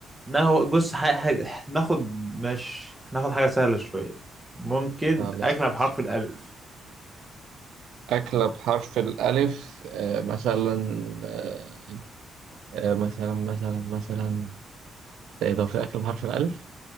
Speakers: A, in the centre; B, on the right.
A: ناخد بص حاجة حاجة ناخد ماشي ناخد حاجة سهلة شوية ممكن
B: خلاص
A: أكلة
B: ماشي.
A: بحرف الألف
B: أكلة بحرف الألف آه، مثلا آه، آه، مثلا مثلا مثلا إيه ده في أكلة بحرف الألف